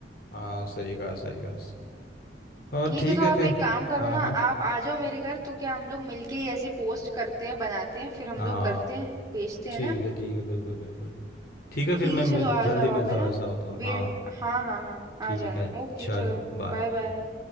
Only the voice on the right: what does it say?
ठीक
है तो
आप एक काम करो
ना
आप आ जाओ मेरे घर तो क्या हम लोग मिलके ही ऐसी पोस्ट करते हैं बनाते हैं फिर हम
लोग करते हैं भेजते हैं
ना
ठीक
है चलो
आ
जाओ
आप है ना
वेट हाँ हाँ हाँ
आ जाना
ओके
चलो
Bye bye